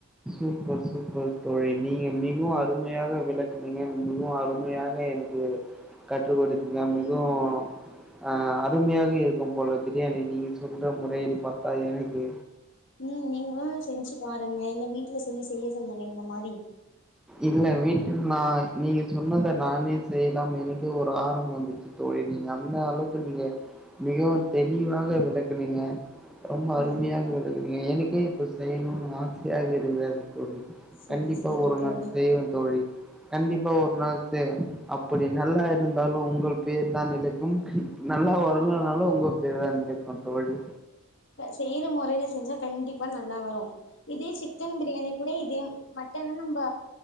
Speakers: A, in the centre; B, on the left.
A: ஓ சூப்பர் தோழி நீங்க மிகவு அருமையாக விளக்குனீங்க மிகவு அருமையாக எனக்கு கற்றுகொடு இங்க
B: ம்
A: மிகவு அ அருமையாக இருக்கு போல பிரியாணி நீங்க சொல்ற முறையில் பாத்தா எனக்கு
B: உ நீங்களு செஞ்சு பாருங்க இல்ல வீட்ல சொல்லி செய்ய சொல்லுங்க இந்த மாரி
A: இல்ல வீட்டில்னா நீங்க சொன்னத நானே செய்லாம் எனக்கு ஒரு ஆர்வம் வந்துச்சி தோழி நீங்க அந்த அளவுக்கு நீங்க மிகவும் தெளிவாக விளக்குனீங்க ரொம்ப அருமையாக
B: ம்
A: விளக்குறீங்க எனக்கே இத செய்யனு ஆசயாக இரு விக தோழி
B: செரி
A: கண்டிப்பா
B: செரி
A: ஒரு
B: தோழி
A: நாள் செய்வே தோழி கண்டிப்பா ஒரு நாள் செய்வே அப்டி நல்லா இருந்தாலு உங்கள் பேர்தா நிலைக்கு நல்லா வரலனாலு உங்க பேருதா நிலைக்கு தோழி
B: செய்ற மொறயில செஞ்சா கண்டிப்பா நல்லா வரு இதே சிக்கன் பிரியாணி கூட இதே மட்டன்னா நம்ப